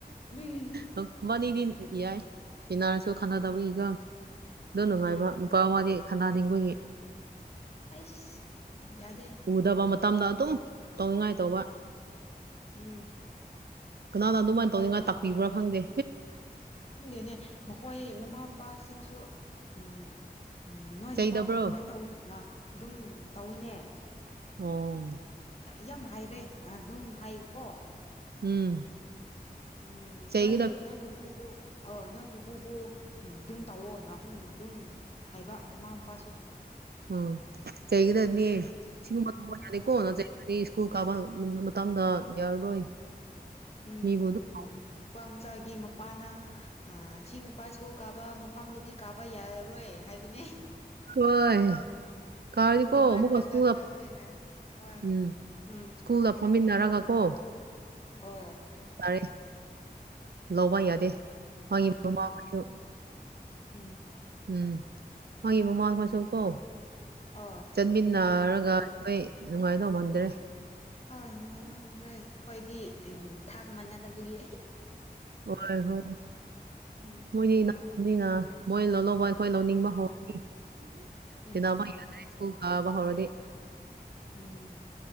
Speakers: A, on the left; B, on the right.
A: ꯎꯝ
B: ꯃꯕꯅꯤꯗꯤ ꯌꯥꯏ ꯇꯤꯟꯅꯔꯁꯨ ꯈꯠꯅꯗꯕꯒꯤꯒꯣ
A: ꯎꯝ
B: ꯑꯗꯨ ꯅꯨꯡꯉꯥꯏꯕ
A: ꯎꯝ
B: ꯅꯨꯄꯥ ꯃꯥꯗꯤ ꯈꯠꯅꯥꯅꯤꯡꯕꯒꯤ
A: ꯑꯩꯁ ꯌꯥꯗꯦ
B: ꯎꯗꯕ ꯃꯇꯝꯗ ꯑꯗꯨꯝ ꯇꯧꯅꯤꯡꯉꯥꯏ ꯇꯧꯕ
A: ꯎꯝ
B: ꯀꯅꯥꯅ
A: ꯑꯗꯨ
B: ꯑꯗꯨꯃꯥꯏꯅ
A: ꯅꯨꯄꯥꯗꯤ
B: ꯇꯧꯅꯤꯡꯉꯥꯏ ꯇꯥꯛꯄꯤꯕ꯭ꯔꯥ ꯈꯪꯗꯦ
A: ꯂꯩꯇꯦ ꯈꯪꯗꯦꯅꯦ ꯃꯈꯣꯏ ꯃꯃꯥ ꯃꯄꯥꯁꯤꯡꯁꯨ ꯎꯝ ꯎꯝ ꯅꯣꯏ ꯅꯨꯄꯥꯕꯨ
B: ꯆꯩꯗꯕ꯭ꯔꯣ
A: ꯑꯗꯨꯃꯥꯏꯅ ꯇꯧ ꯅ ꯑꯗꯨꯝ ꯇꯧꯋꯤꯅꯦ
B: ꯑꯣ
A: ꯌꯥꯝ ꯍꯥꯏꯔꯦ ꯅꯍꯟ ꯑꯗꯨꯝ ꯍꯥꯏꯀꯣ
B: ꯎꯝ
A: ꯎꯝ
B: ꯆꯩꯒꯗꯕ
A: ꯅꯣꯏ ꯅꯣꯢ ꯄꯨꯄꯨꯕꯨ ꯑꯥ ꯅꯣꯏ ꯄꯨꯄꯨꯕꯨ ꯑꯗꯨꯝ ꯇꯧꯋꯣ ꯅꯥꯀꯨꯝ ꯑꯗꯨꯝ ꯍꯥꯏꯕ ꯃꯃꯥ ꯃꯄꯥꯁꯨ
B: ꯎꯝ ꯀꯩꯒꯤꯅꯣꯗꯤ
A: ꯑꯗꯨꯒꯤ
B: ꯁꯤꯒꯨꯝꯕ <unintelligible>
A: ꯍꯣꯏ
B: ꯑꯩ ꯁ꯭ꯀꯨꯜ ꯀꯥꯕ ꯃꯇꯝꯗ ꯌꯥꯔꯔꯣꯏ
A: ꯎꯝ
B: ꯃꯤꯕꯨ ꯑꯗꯨꯝ
A: ꯎꯝ ꯅꯨꯄꯥ ꯃꯆꯥꯒꯤ ꯃꯄꯥꯅ ꯑꯥ ꯁꯤ ꯅꯨꯄꯥ ꯁꯀꯨꯜ ꯀꯥꯕ ꯃꯐꯝꯗꯗꯤ ꯀꯥꯕ ꯌꯥꯔꯔꯣꯏ ꯍꯥꯏꯕꯅꯦ
B: ꯍꯣꯢ ꯀꯥꯔꯥꯗꯤꯀꯣ
A: ꯇꯣꯉꯥꯟꯅ
B: ꯑꯃꯨꯛꯀꯥ ꯁꯀꯨꯜ
A: ꯆꯥꯒꯗꯕꯅꯤꯅ ꯍꯣꯏ
B: ꯎꯝ
A: ꯎꯝ
B: ꯁꯀꯨꯜ ꯐꯝꯃꯤꯟꯅꯔꯒ ꯀꯣ
A: ꯑꯣꯢ
B: ꯇꯥꯔꯦ ꯂꯧꯕ ꯌꯥꯗꯦ ꯃꯥꯒꯤ ꯃꯃꯥꯈꯣꯏꯁꯨ
A: ꯎꯝ
B: ꯎꯝ ꯃꯥꯒꯤ ꯃꯃꯥ ꯈꯣꯢꯁꯨ ꯀꯣ
A: ꯑꯥ
B: ꯆꯟꯃꯤꯟꯅꯔꯒ ꯑꯩꯈꯣꯏ ꯅꯨꯡꯉꯥꯏꯗꯧ ꯃꯥꯟꯗ꯭ꯔꯦ
A: ꯑꯥ ꯅꯨꯡꯉꯥꯏꯗꯧ ꯃꯥꯟꯗ꯭ꯔꯦ ꯑꯩꯈꯣꯏꯗꯤ ꯊꯥꯛ ꯃꯥꯟꯅꯗꯕꯒꯤ
B: ꯍꯣꯢ ꯍꯣꯢ
A: ꯎꯝ
B: ꯃꯣꯏꯗꯤ ꯏꯅꯥꯈꯨꯕꯅꯤꯅ ꯃꯣꯏ ꯂꯧꯍꯧꯕ ꯑꯩꯈꯣꯏ ꯂꯧꯅꯤꯡꯕ ꯍꯧꯔꯅꯤ
A: ꯎꯝ
B: ꯇꯤꯟꯅꯥꯕ ꯌꯥꯗ꯭ꯔꯦ ꯁꯀꯨꯜ ꯀꯥꯕ ꯍꯧꯔꯗꯤ
A: ꯎꯝ